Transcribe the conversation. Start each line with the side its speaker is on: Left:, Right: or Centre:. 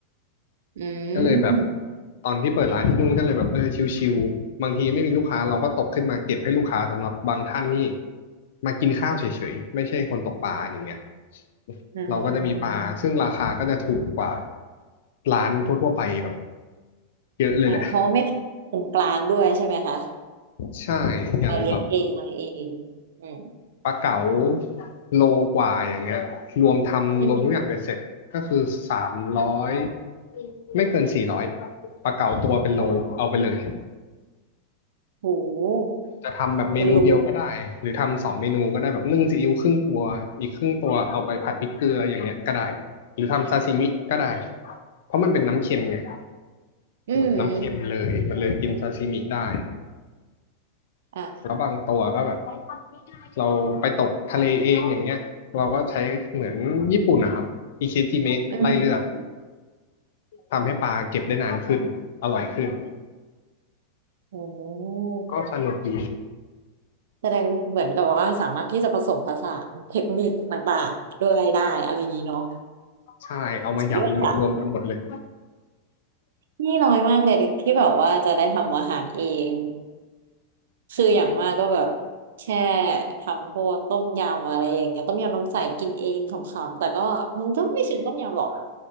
Right: อื
Left: ก็เลยแบบ
Right: ม
Left: ตอนที่เปิดร้านที่นู่นก็เลยแบบเออชิวๆบางทีไม่มีลูกค้าเราก็ตกขึ้นมาเก็บให้ลูกค้าสำหรับบางท่านนี่มากินข้าวเฉยๆไม่ใช่คนตกปลาอย่างเงี้ย
Right: อื
Left: เราก็จะมีปลาซึ่งราคาก็จะถูกกว่า
Right: ม
Left: ร้านทั่วๆไปแบบเยอะเลยแหละ
Right: อ่าเพราะไม่ผ่านคนกลางด้วยใช่ไหมคะ
Left: ใช่อย่างแบบ
Right: เออเลี้ยงเองอะไรเองอืม
Left: ปลาเก๋าโลกว่าอย่างเงี้ยรวมทำรวมทุกอย่างเป็นเสร็จก็คือสามร้อย
Right: อืม
Left: ไม่เกินสี่ร้อยปลาเก๋าตัวเป็นโลเอาไปเลย
Right: โอ้โห
Left: จะทำแบบเมนูเดียวก็ได้หรือทำสองเมนูก็ได้แบบนึ่งซีอิ๊วครึ่งตัวอีกครึ่งตัวเอาไปผัดพริกเกลืออย่างเงี้ยก็ได้หรือทำซาซิมิก็ได้
Right: เป็นรู
Left: เพราะมันเป็นน้ำเค็มไง
Right: อืมอืม
Left: แบบน้ำเค็มเลยมันเลยกินซาซิมิได้
Right: อ่ะ
Left: แล้วบางตัวก็แบบเราไปตกทะเลเองอย่างเงี้ยเราก็ใช้เหมือนญี่ปุ่นนะครับอิเชจิเมะไล่เลือด
Right: อืม
Left: ทำให้ปลาเก็บได้นานขึ้นอร่อยขึ้น
Right: โอ้
Left: ก็สนุกดี
Right: แสดงเหมือนกับว่าสามารถที่จะผสมผสานเทคนิคต่างๆด้วยได้อะไรอย่างนี้เนาะ
Left: ใช่เอามายำรวมๆกันหมดเลย
Right: สุดยอดอะนี่น้อยมากเลยที่แบบว่าจะได้ทำอาหารเองคืออย่างมากก็แบบแค่ทำพวกต้มยำอะไรอย่างเงี้ยต้มยำน้ำใสกินเองขำๆแต่ก็มันก็ไม่ถึงต้มยำหรอก